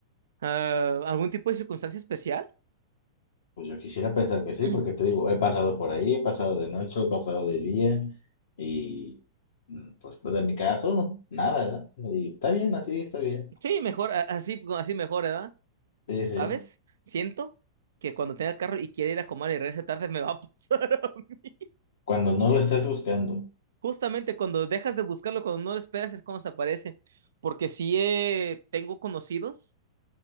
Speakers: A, on the right (about 70°); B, on the left (about 65°).
A: ah, algún tipo de circunstancia especial?
B: Pues yo quisiera pensar que sí,
A: <clears throat>
B: porque te digo, he pasado por ahí, he pasado de noche, he pasado de día, y mm, pues pues, de mi caso, nada, ¿verdad? Y está bien, así está bien.
A: Sí, mejor, a- así, así mejor, ¿verdad?
B: Sí, sí.
A: ¿Sabes? Siento que cuando tenga carro y quiera ir a comer y regrese tarde me va a pasar. <laughs> a mí.
B: Cuando no lo estés buscando,
A: Justamente cuando dejas de buscarlo, cuando no lo esperas, es cuando se aparece. Porque sí eh, tengo conocidos